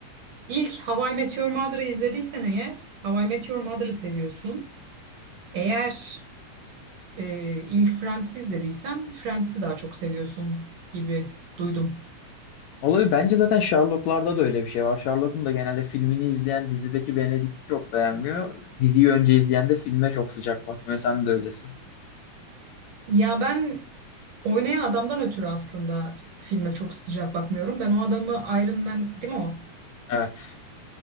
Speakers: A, on the right; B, on the left.
A: İlk How I Met Your Mother'ı izlediysen eğer How I Met Your Mother'ı seviyorsun. Eğer e, ilk Friends'i izlediysen Friends'i daha çok seviyorsun gibi duydum.
B: Olabilir. Bence zaten Sherlock'larda da öyle bir şey var. Sherlock'un da genelde filmini izleyen dizideki Benedict'i çok beğenmiyor. Diziyi önce izleyen de filme çok sıcak bakmıyor. Sen de öylesin.
A: Ya ben oynayan adamdan ötürü aslında filme çok sıcak bakmıyorum. Ben o adamı Iron Man değil mi o?
B: Evet.